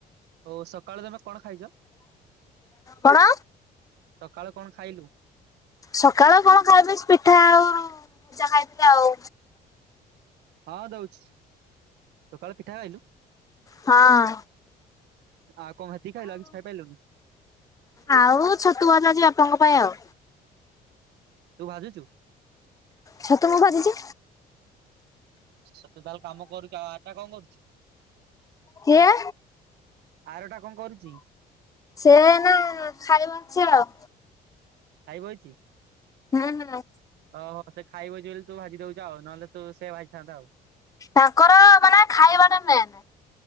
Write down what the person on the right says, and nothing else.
ହଉ ସକାଳୁ ତମେ କଣ ଖାଇଛ?
ସକାଳୁ କଣ ଖାଇଲୁ?
ହଁ ଦଉଛି, ସକାଳେ ପିଠା ଖାଇଲୁ।
ଆଉ କଣ ହେତିକି ଖାଇଲୁ, ଆଉ କିଛି ଖାଇ ପାଇଲୁନି।
ତୁ ଭାଜୁଛୁ।
ସେ ତ ତାର କାମ କରିକି, ଆଉ ଆରଟା କଣ କରୁଛି?
ଆରଟା କଣ କରୁଚି?
ଖାଇ ବଇଛି।
ଓ ହୋ ସେ ଖାଇ ବଇଛି ବୋଲି ତୁ ଭାଜି ଦଉଛୁ ଆଉ, ନହେଲେ ତୁ ସେ ଭାଜି ଥାଆନ୍ତା ଆଉ।